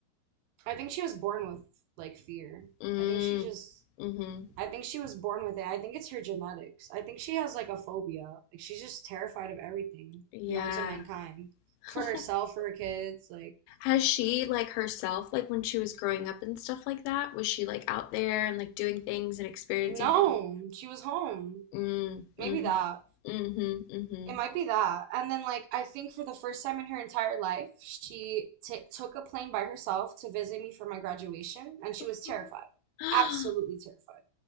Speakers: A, on the right; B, on the left.
A: I think she was born with like fear.
B: Mm.
A: I think she just
B: Mhm.
A: I think she was born with it. I think it's her genetics. I think she has like a phobia. Like she's just terrified of everything
B: Yeah.
A: known to mankind.
B: <laughs>
A: For herself, for her kids, like
B: Has she like herself like when she was growing up and stuff like that? Was she like out there and like doing things and experiencing
A: no,
B: things?
A: she was home.
B: Mm,
A: Maybe
B: mhm.
A: that.
B: Mhm.
A: It might be that. And then like I think for the first time in her entire life, she t took a plane by herself to visit me for my graduation and she
B: Mhm.
A: was terrified.
B: <gasps>
A: Absolutely terrified.